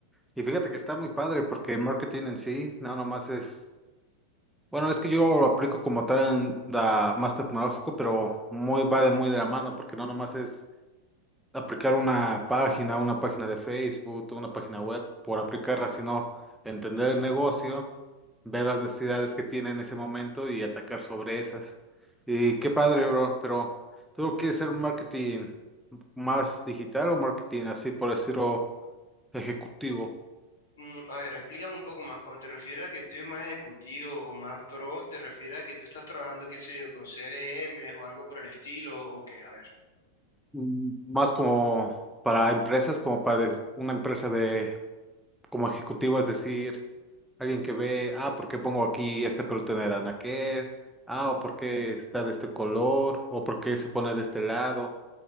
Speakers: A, in the centre; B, on the left (about 65°).
A: y fíjate que está muy padre porque el marketing en sí, no nomás es Bueno, es que yo lo aplico como tal en la más tecnológico, pero muy va de muy de la mano, porque no nomás es aplicar una página, una página de Facebook, una página web por aplicarla, sino entender el negocio, ver las necesidades que tiene en ese momento y atacar sobre esas. Y qué padre, bro, pero ¿tú quieres hacer marketing más digital o marketing así por decirlo ejecutivo?
B: Mm, a ver, explícame un poco más. Cuando te refieres a que el tuyo es más ejecutivo o más pro, ¿te refieres a que tú estás trabajando, qué sé yo, con CRM o algo por el estilo? ¿O qué? A ver.
A: Mm, Más como para empresas, como para des- una empresa de como ejecutivo, es decir, alguien que ve, ah, ¿por qué pongo aquí este producto en el anaquel? Ah, o por qué está de este color, o por qué se pone de este lado,